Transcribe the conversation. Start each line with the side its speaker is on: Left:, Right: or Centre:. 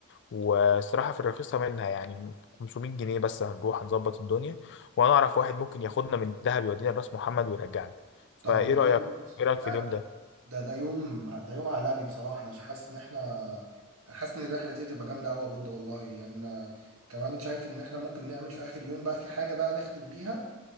Left: والصراحة في الرخيصة منها يعني 500 جنيه بس هنروح هنظبط الدنيا وانا اعرف واحد ممكن ياخدنا من دهب يودينا راس محمد ويرجعنا فايه
Right: طب ده جامد
Left: رأيك ايه رأيك
Right: لا
Left: في اليوم ده
Right: ده ده يوم ده يوم عالمي بصراحة أنا حاسس إن إحنا أنا حاسس إن الرحلة دي هتبقى جامدة أوي يا بود والله يعني أنا كمان شايف إن إحنا ممكن نعمل في آخر يوم بقى في حاجة بقى نختم بيها